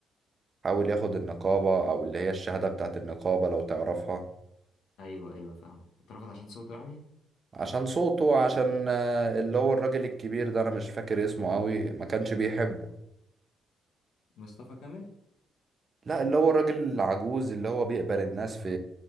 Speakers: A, on the right; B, on the left.
A: حاول ياخد النقابة او اللي هي الشهادة بتاعت النقابة لو تعرفها
B: ايوه ايوه فاهمك اترفض عشان صوته يعني
A: عشان صوته عشان آه، اللي هو الراجل الكبير ده انا مش فاكر اسمه قوي ما كانش بيحبه
B: مصطفى كامل
A: لا اللي هو الراجل العجوز اللي هو بيقبل الناس في